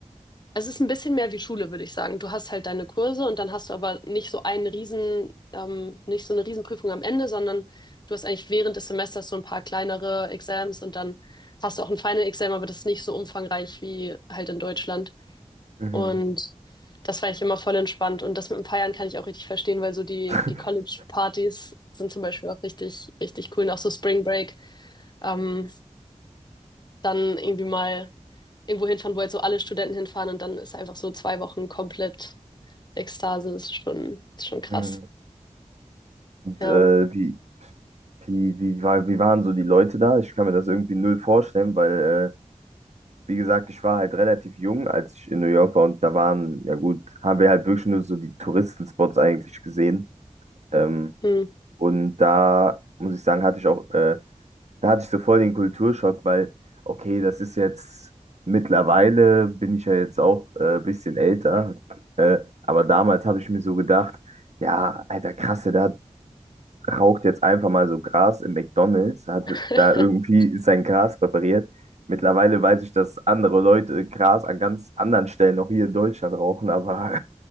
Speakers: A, on the left; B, on the right.
A: Es ist ein bisschen mehr wie Schule, würde ich sagen. Du hast halt deine Kurse und dann hast du aber nicht so einen Riesen, ähm, nicht so eine Riesenprüfung am Ende, sondern du hast eigentlich während des Semesters so ein paar kleinere Exams und dann hast du auch ein Final Exam, aber das ist nicht so umfangreich wie halt in Deutschland.
B: Mhm.
A: Und das fand ich immer voll entspannt. Und das mit dem Feiern kann ich auch richtig verstehen, weil so die,
B: <laughs>
A: die College-Partys sind zum Beispiel auch richtig, richtig cool. Und auch so Spring Break. Ähm, dann irgendwie mal irgendwo hinfahren, wo jetzt so alle Studenten hinfahren und dann ist einfach so zwei Wochen komplett Ekstase. Das ist schon, ist schon krass.
B: Mhm. Und
A: Ja.
B: äh, wie, wie, wie war, wie waren so die Leute da? Ich kann mir das irgendwie null vorstellen, weil äh, wie gesagt, ich war halt relativ jung, als ich in New York war und da waren, ja gut, haben wir halt wirklich nur so die Touristenspots eigentlich gesehen. Ähm,
A: Hm.
B: und da muss ich sagen, hatte ich auch, äh, da hatte ich so voll den Kulturschock, weil, okay, das ist jetzt, mittlerweile bin ich ja jetzt auch äh, ein bisschen älter, äh, aber damals habe ich mir so gedacht, ja, Alter, krass, da raucht jetzt einfach mal so Gras im McDonald's, hat
A: <laughs>
B: da irgendwie sein Gras präpariert. Mittlerweile weiß ich, dass andere Leute Gras an ganz anderen Stellen auch hier in Deutschland rauchen, aber